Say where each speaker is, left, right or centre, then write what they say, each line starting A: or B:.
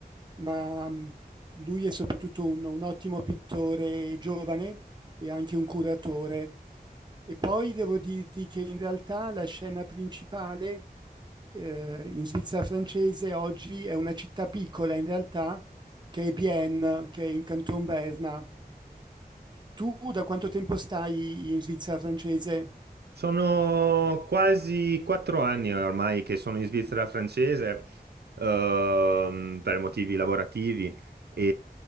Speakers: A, on the right; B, on the right.
A: ma mh, lui è soprattutto un, un ottimo pittore giovane e anche un curatore. E poi devo dirti che in realtà la scena principale eh, in Svizzera francese oggi è una città piccola, in realtà, che è Bienne, che è in Canton Berna. Tu da quanto tempo stai in Svizzera francese?
B: Sono quasi quattro anni ormai che sono in Svizzera francese, ehm, per motivi lavorativi e